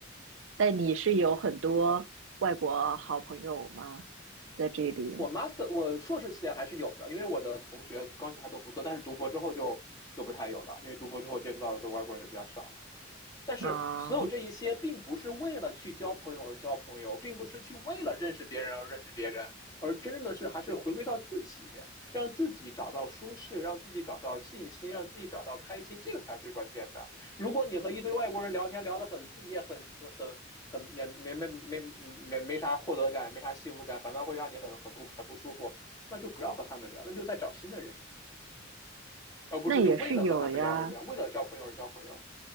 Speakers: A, on the right; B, on the left.
A: 但你是有很多外国好朋友吗？在这里
B: 我 master 我硕士期间还是有的，因为我的同学关系还都不错，但是读博之后就就不太有了，因为读博之后接触到的外国人就比较少了。但是所有这一些，
A: 啊，
B: 并不是为了去交朋友而交朋友，并不是去为了认识别人而认识别人，而真正的是还是回归到自己，让自己找到舒适，让自己找到信心，让自己找到开心，这个才是最关键的。如果你和一堆外国人聊天聊得很，自己也很很很很也没没没没没啥获得感，没啥幸福感，反倒会让你很很不很不舒服，那就不要和他们聊，那就再找新的人，而不是就为了和他们聊而聊，
A: 那也是有呀。
B: 为了交朋友而交朋友。